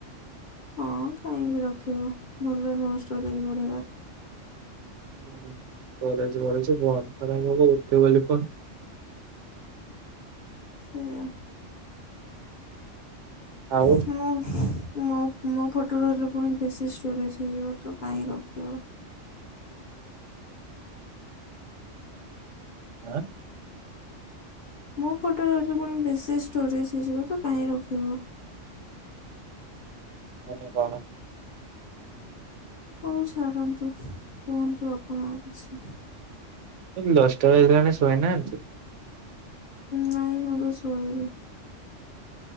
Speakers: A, on the left; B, on the right.
A: ହଁ କାଇଁ ବି ରଖିବ ଭଲ ନୁହଁ ଷ୍ଟୋରେଜ ବଢ଼େଇବାର।
B: ଉଁ ଷ୍ଟୋରେଜ ବଢୁଚି କୁହନି ଖରାପ ଭାବିଲେ ଉଠେଇବନି ଫୋନ।
A: ସେୟା।
B: ଆଉ
A: ମୁଁ ମୋ ମୋ ଫୋଟୋ ରହିଲେ ପୁଣି ବେଶୀ ଷ୍ଟୋରେଜ୍। ବି ଯିବ ତ କାହିଁକି ରଖିବ।
B: ଆଁ।
A: ମୋ ଫୋଟୋ ରହିଲେ ପୁଣି ବେଶୀ ଷ୍ଟୋରେଜ ହେଇଯିବ ତ କାହିଁ ରଖିବ।
B: ମାନେ କଣ।
A: ହଉ ଛାଡନ୍ତୁ କୁହନ୍ତୁ ଆପଣ ଆଉ କିଛି।
B: ଦଶଟା ବାଜିଲାଣି ଶୋଇ ନାହାନ୍ତି।
A: ନାଇଁ ମୁଁ ଏବେ ଶୋଇବି।